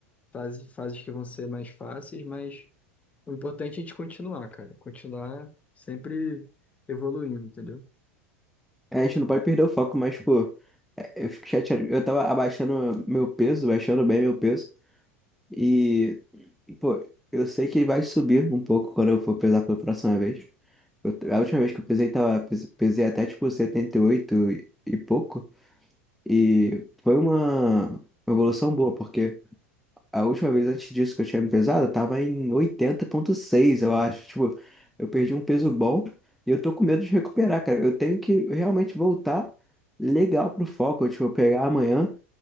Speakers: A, on the left (about 20°); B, in the centre.
A: fases, fases que vão ser mais fáceis, mas o importante é a gente continuar, cara. Continuar sempre evoluindo, entendeu?
B: É, A gente não pode perder o foco, mas, pô, é, eu fico chateado. Eu tava abaixando meu peso, baixando bem meu peso. E, pô, eu sei que vai subir um pouco quando eu for pesar pela próxima vez. Eu- a última vez que eu pesei, tava, pes- pesei até tipo 78 e, oito e e pouco. E foi uma evolução boa, porque. A última vez antes disso que eu tinha me pesado, eu tava em oitenta vírgula seis, eu acho. Tipo, eu perdi um peso bom e eu tô com medo de recuperar, cara. Eu tenho que realmente voltar legal pro foco. Tipo, pegar amanhã